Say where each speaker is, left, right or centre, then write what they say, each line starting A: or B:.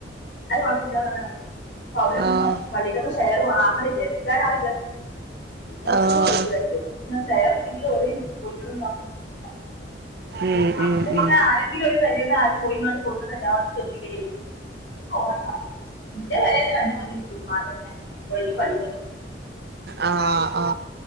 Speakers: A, on the left (about 80°); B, on the right (about 60°).
A: അൊന്നും <unintelligible> അവരൊന്ന്
B: ആഹ്
A: വളിക ശയർ വാങ്ങാണില്ല <unintelligible> പിന്നെ ഒളിപ്പോ
B: ആഹ്
A: കളത്തിലൊക്കെ <unintelligible> <unintelligible>
B: ഉം ഉം ഉം
A: വൈ പള്ളിതന്നെ
B: ആ ആ